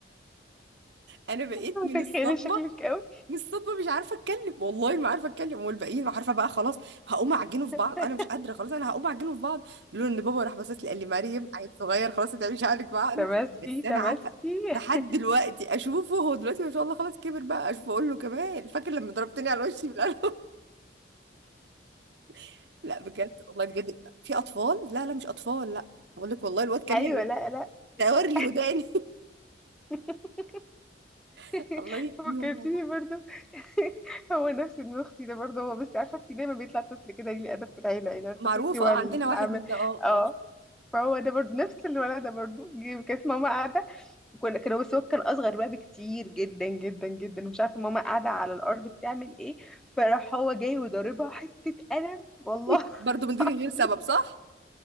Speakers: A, on the right (about 65°); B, in the centre.
A: أنا بقيت
B: <laughs>
A: من
B: متخيله
A: الصدمة
B: شكلك قوي
A: من الصدمه مش عارفه اتكلم والله ما عارفه اتكلم والباقيين ما عارفه بقى خلاص هقوم اعجنه في
B: <laughs>
A: بعض انا مش قادره خلاص انا هقوم اعجنه في بعض لولا ان بابا راح باصص لي قال لي مريم عيل صغير خلاص ما تعمليش عقلك بعقله
B: تماسكي
A: بس
B: تماسكي
A: انا عارفه
B: <laughs>
A: لحد دلوقتي اشوفه هو دلوقتي ما شاء الله خلاص كبر بقى اشوفه اقول له كمان فاكر لما ضربتني على وشي بالقلم <laughs> لا بجد والله بجد في اطفال لا لا مش اطفال لا بقول لك والله الواد كان
B: ايوه
A: لي على-
B: لا لا صح.
A: دور لي وداني
B: <laughs>
A: <laughs>
B: <laughs>
A: الله يهديهم
B: فكرتيني
A: والله
B: برضه <laughs> هو نفس ابن اختي ده برضه هو بس عارفه في دايما بيطلع طفل كده ليه ادب في العيله يعني عارفه
A: معروفه
B: تحسي هو
A: اه
B: العام
A: عندنا واحد من ده اه
B: اه
A: اه
B: فهو ده برضه نفس الولد ده برضه جه- كانت ماما قاعده وكنا كانوا بس هو كان اصغر بقى بكتير جدا جدا جدا ومش عارفه ماما قاعده على الارض بتعمل ايه فراح هو جاي وضاربها حته قلم والله
A: <laughs>
B: <laughs>
A: برضه من دون
B: العظيم
A: غير سبب صح